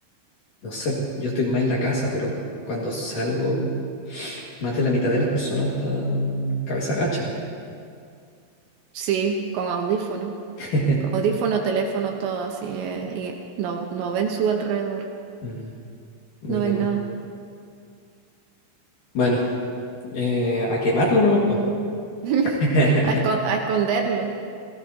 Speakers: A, on the left; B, on the right.
A: no sé, pu, yo estoy más en la casa, pero cuando salgo, más de la mitad de las personas están cabeza gacha.
B: sí, con audífono,
A: <laughs>
B: con audífono, teléfono, todo así, eh, y no, no ven su alrededor,
A: Mm, Muy
B: no
A: loco.
B: ven nada.
A: Bueno, eh, a quemarlo nomás, pues.
B: <laughs>
A: <laughs>
B: A, escon- a esconderlo,